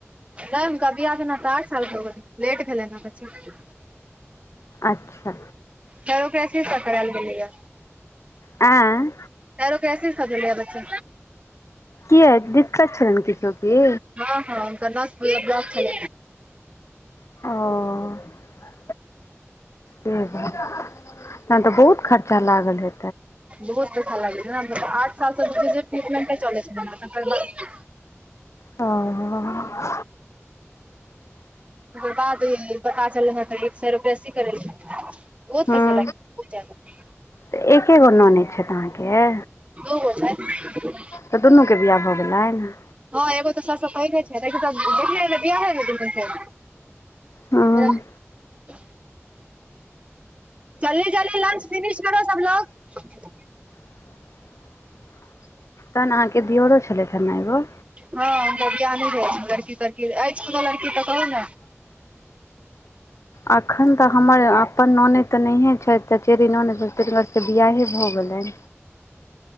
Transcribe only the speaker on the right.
नहि कभी आ ने तऽ आठ साल के लेट भेलै ने बच्चा
फेर ओकरा शिफ्ट करायल गेलैये
आरो कैसे सब भेलै बच्चा
ह ह गनाथप ब्लॉक छै
बहुत अच्छा लागै छै नेऽ आठ सालसँ टमेट चलै छै
करबाद पता चल ह तऽ गर बेसी करेल बहुत
पैसा लाग बहुत जदा जी।
दो गो छै
ह एगो तऽ सस कहहिले छै तऽ देख बि हो ने
नहि। चले चल लंच फनिश करो सभ लोग
हँ हुनका ज्ञाने रहय छ लड़की तड़की अछि कोनो लड़की तऽ कहुन